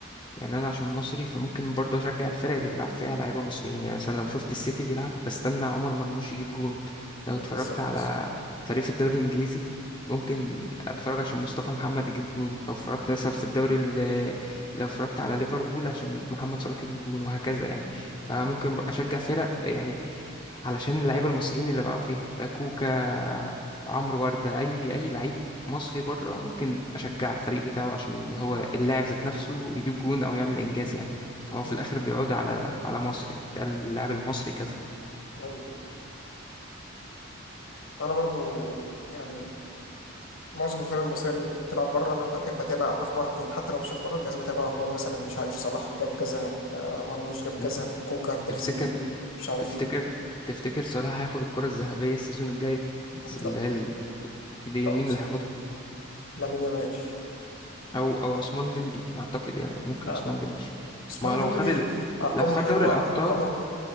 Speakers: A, on the left (about 20°); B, on the left (about 70°).
A: يعني انا عشان مصري فممكن برضه اشجع الفرق اللي بيلعب فيها لعيبه مصريين يعني مثلا لو شفت السيتي بيلعب بستنى عمر مرموش يجيب جون لو
B: بالظبط
A: اتفرجت على فريق في الدوري الانجليزي ممكن اتفرج عشان مصطفى محمد يجيب جون لو اتفرجت مثلا في الدوري ال- لو اتفرجت على ليفربول عشان محمد صلاح يجيب جون وهكذا يعني فممكن اشجع فرق يعني علشان اللعيبه المصريين اللي بيلعبوا فيها آه، كوكا آه، عمرو ورده اي اي لعيب مصري بره ممكن اشجع الفريق بتاعه عشان هو اللاعب ذات نفسه يجيب جون او يعمل انجاز يعني هو في
B: مم.
A: الاخر بيعود على على مصر يعني بتقال اللاعب المصري كذا
B: ايوه انا برضو يعني معظم الفرق المصريه اللي بتلعب بره انا بحب اتابع اخبارها يعني حتى لو مش هتفرج لازم اتابع اخبار مثلا مش عارف صلاح جاب كذا آه، مرموش جاب كذا
A: مم.
B: كوكا تريزيجيه
A: تفتكر
B: مش عارف
A: تفتكر
B: ايه
A: تفتكر صلاح هياخد الكرة الذهبية السيزون الجاي ده؟ بس
B: لا
A: اللي هي ال- اللي
B: لا
A: مين اللي هياخدها
B: لامين يامال
A: او او عثمان ديمبلي اعتقد يعني ممكن
B: آه
A: عثمان
B: لا
A: ديمبلي
B: عثمان
A: ما هو لو
B: ديمبلي
A: خد ال...
B: ارقامه
A: لو خد
B: حلوه
A: دوري الابطال
B: ارقامه